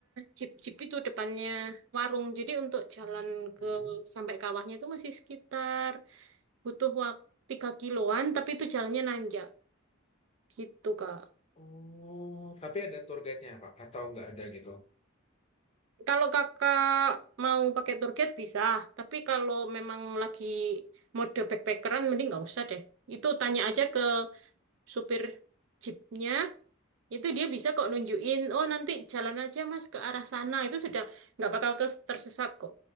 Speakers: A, on the right; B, on the left.
A: jeep-jeep itu depannya warung. Jadi untuk jalan ke
B: Mm-mm.
A: sampai kawahnya itu masih sekitar butuh waktu tiga kiloan, tapi itu jalannya nanjak gitu kak.
B: Oh, tapi ada tour guide-nya Kak atau nggak ada gitu?
A: Kalau kakak mau pakai tour guide bisa, tapi kalau memang lagi mode backpackeran mending nggak usah deh. Itu tanya aja ke supir jeepnya, itu dia bisa kok nunjukin, oh nanti jalan aja mas ke arah sana, itu sudah nggak bakal kes- tersesat kok.